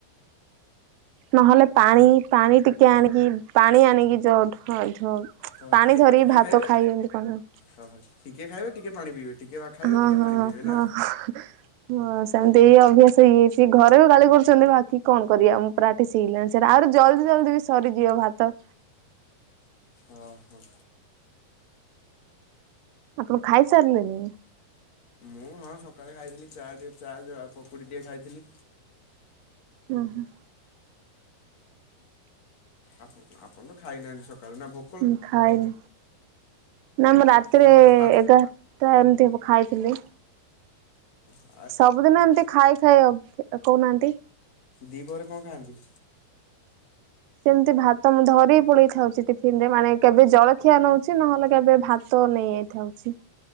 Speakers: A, on the right; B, on the left.
A: ନହେଲେ ପାଣି ପାଣି ଟିକେ ଆଣିକି ପାଣି ଆଣିକି ଯୋଉ ହଁ
B: ହଁ
A: ପାଣି
B: ଟିକେ
A: ଧରିକି
B: ଟିକେ
A: ଭାତ
B: ଖାଇବେ
A: ଖାଇ ଏନ୍ତି କଣ
B: ହଁ ହଁ ଟିକେ ଖାଇବେ ଟିକେ ପାଣି ପିଇବେ ଟିକେ ଖାଇବେ
A: ହଁ
B: ଟିକେ
A: ହଁ
B: ପାଣି ପିଇବେ
A: ହଁ।
B: ନା।
A: ହଁ ସେମିତି ଏଇ ଅଭ୍ୟାସ ଇଏ ହେଇଛି ଘରେ ବି ଗାଳି କରୁଛନ୍ତି ବାକି କଣ କରିବା ମୁଁ ପ୍ରା କ୍ଟିସ୍ ହେଇଗଲାଣି ସେଟା ଆ ଜଲଦି ଜଲଦି ବି ସରିଯିବ ଭାତ।
B: ଓଁ ହୋ।
A: ଆପଣ ଖାଇସାରିଲେଣି?
B: ମୁଁ ହଁ ସକାଳେ ଖାଇଥିଲି ଚା ଟିକେ ଚା ଯଉ ପକୁଡ଼ି ଟିକେ ଖାଇଥିଲି
A: ହୁଁ ହୁଁ।
B: ଆପ ଆପଣ ତ ଖାଇନାହାନ୍ତି ସକାଳୁ ନା ଭୋ
A: ହଁ ଖାଇଲି ନାମ ରାତିରେ
B: ନଅଟା ପା
A: ଏଗ ତ ଏମିତି ହବ ଖାଇଥିଲି।
B: ହଁ।
A: ସବୁଦିନ ଏମିତି ଖାଇ ଖାଇ ଆ କହୁନାହାନ୍ତି।
B: ଦିପହରେ କଣ ଖାଆନ୍ତି?
A: ସେମିତି ଭାତ ମୁ ଧରିକି ପଳେଇଥାଉଛି ଟିଫିନ ରେ ମାନେ କେବେ ଜଳଖିଆ ନଉଛି ନହେଲେ କେବେ ଭାତ ନେଇଯାଇଛି ଥାଉଛି।